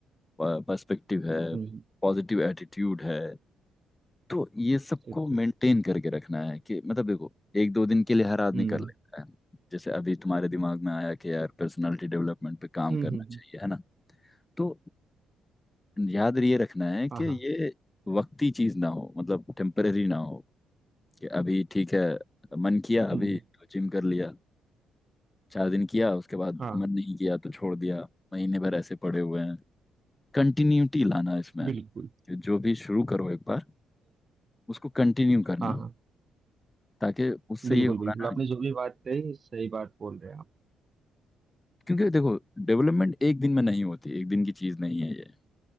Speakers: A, on the left; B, on the right.
A: पर्सपेक्टिव है
B: हम्म
A: पॉजिटिव एटीट्यूड है तो ये सबको
B: ठीक
A: मेंटेन
B: ठीक
A: करके रखना है कि मतलब देखो एक दो दिन के लिए हर आदमी
B: हम्म
A: कर लेता है जैसे अभी तुम्हारे दिमाग में आया कि यार पर्सनालिटी डेवलपमेंट पे काम
B: हम्म
A: करना
B: हम्म हम्म,
A: चाहिए है ना तो याद ये रखना है कि
B: हाँ
A: ये
B: हाँ
A: वक्ती चीज ना हो मतलब टेम्परेरी ना हो कि अभी ठीक है मन किया अभी
B: हम्म
A: तो जिम कर लिया चार दिन किया उसके बाद
B: हाँ
A: मन नहीं किया तो छोड़ दिया महीने भर ऐसे पड़े हुए हैं कंटिन्यूटी लाना इसमें
B: बिल्कुल
A: कि जो भी शुरू करो एक बार उसको कंटिन्यू करना
B: हाँ हाँ
A: ताकि उससे
B: बिल्कुल
A: ये होगा
B: बिल्कुल
A: ना
B: आपने जो भी बात कही सही बात बोल रहे हैं आप
A: क्योंकि देखो डेवलपमेंट एक दिन में नहीं होती एक दिन की चीज नहीं है ये